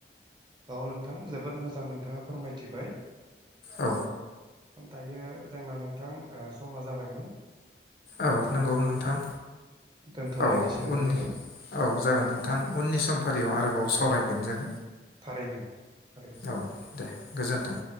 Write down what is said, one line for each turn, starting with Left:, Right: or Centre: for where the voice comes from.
Right: औ नोंथां जोबोद मो जां नों थाङा फोरमायथिबाय
Left: औ
Right: दायो जोंना नोंथां ओ समा जाबाय। मोन।
Left: औ नंगौ नोंथां
Right: दोनथ'लायनोसै
Left: औ
Right: नामा
Left: उननि
Right: नोंथां
Left: औ जागोन नोंथां उननि सम फारियाव आरोबाव सावरायगोन जों
Right: थारैनो थारैनो
Left: औ दे गोजोन्थों।